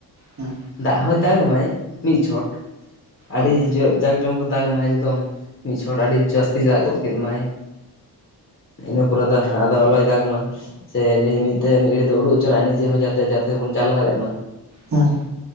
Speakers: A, on the right (about 40°); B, on the left (about 30°).
A: ᱦᱮᱸ
B: ᱫᱟᱜ ᱦᱚᱭ ᱫᱟᱜᱽ ᱢᱟᱭ ᱢᱤᱫ ᱪᱷᱚᱴ ᱟᱹᱰᱤ
A: ᱦᱳᱭ
B: ᱡᱟᱠ ᱡᱚᱢ ᱠᱟᱛᱮᱫᱚ ᱫᱟᱜᱽ ᱢᱟᱭ ᱮᱠᱫᱚᱢ ᱢᱤᱫ ᱡᱷᱚᱬ ᱟᱹᱰᱤ ᱡᱟᱹᱥᱛᱤ ᱡᱟᱜ ᱜᱚᱫ ᱠᱮᱫ ᱢᱟᱭ ᱤᱱᱟᱹ ᱯᱚᱨᱮ ᱫᱚ ᱟᱫᱚ ᱟᱞᱚᱭ ᱫᱟᱜᱽᱢᱟ ᱥᱮ ᱢᱤᱫ ᱜᱷᱟᱹᱲᱤᱡ ᱫᱚ ᱩᱰᱩᱠ ᱦᱚᱪᱚ ᱟᱱᱤᱪ ᱡᱮ ᱡᱟᱛᱮ ᱡᱟᱛᱮ ᱵᱚᱱ ᱪᱟᱞᱟᱣ ᱫᱟᱲᱮᱭᱟᱜ ᱢᱟ
A: ᱦᱮᱸ